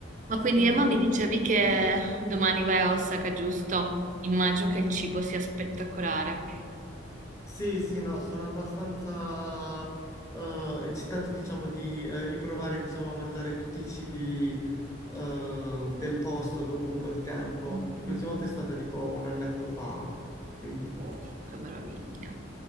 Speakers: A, on the right; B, on the left.
A: Ma
B: Siamo-
A: quindi Emma mi dicevi che domani vai a Osaka, giusto? Immagino che il cibo sia spettacolare.
B: Sì, sì, no, sono abbastanza eh, eccitato, diciamo, di eh, riprovare, diciamo, a mangiare tutti i cibi eh, del posto dopo un po' di tempo.
A: Mm.
B: Perché l'ultima volta è stata tipo un annetto fa, quindi...
A: Oh, che meraviglia.